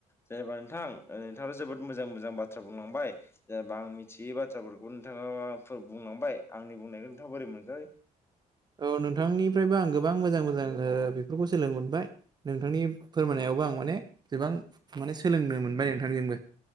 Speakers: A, on the left (about 15°); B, on the right (about 30°).
A: जेनेबा नोंथां नोंथाङा जोबोद मोजां मोजां बाथ्रा बुंलांबाय जेनेबा आं मिथियै बाथ्राफोरखौ नोंथाङा बुंलांबाय आंनि बुंनायखौ नोंथाङा बोरै मोनखो?
B: औ नोंथांनिफ्रायबो आं गोबां मोजां मोजां ओ बेफोरखौ सोलों मोनबाय नोंथांनि फोरमायनायावबो
A: औ
B: आं माने गोबां माने सोलोंनो मोनबाय नोंथांजोंबो।